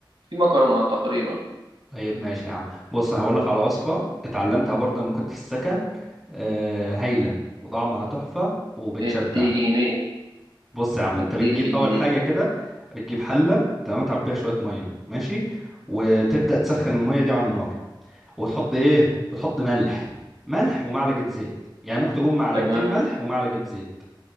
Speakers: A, on the right; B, in the centre.
A: في مكرونه تقريبا
B: طيب ماشي يا عم بص انا هقول لك على وصفه اتعلمتها برضه لما كنت في السكن آه هايله وطعمها تحفه وبتشبع
A: اديني
B: بص يا عم
A: اديني
B: انت بتجيب
A: في الجديد
B: اول حاجه كده بتجيب حله تمام تعبيها شويه ميه ماشي وتبدا تسخن الميه دي على النار وتحط ايه بتحط ملح ملح ومعلقه زيت يعني ممكن تكون معلقتين
A: تمام
B: ملح ومعلقه زيت